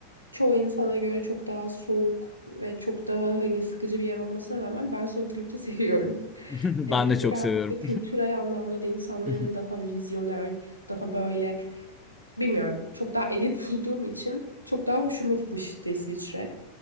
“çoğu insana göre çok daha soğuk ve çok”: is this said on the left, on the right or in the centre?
Right